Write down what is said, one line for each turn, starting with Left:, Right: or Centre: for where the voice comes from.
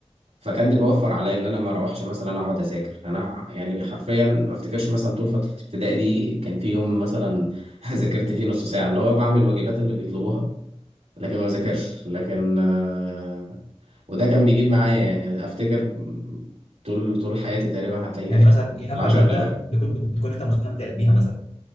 Right: فكان ده بيوفر عليا ان انا ما اروحش مثلا اقعد اذاكر انا يعني حرفيا ما افتكرش مثلا طول فتره ابتدائي دي كان في يوم مثلا <laughs> ذاكرت فيه نص ساعه اللي هو بعمل الواجبات اللي بيطلبوها لكن ما ذاكرش لكن آه، وده كان بيجيب معايا يعني افتكر طول طول حياتي تقريبا هتلاقيني
Left: يعني
Right: في
Left: مثلا ايه اكتر
Right: العشر
Left: ماده
Right: الاوائل
Left: بتكون بتكون انت مستمتع بيها مثلا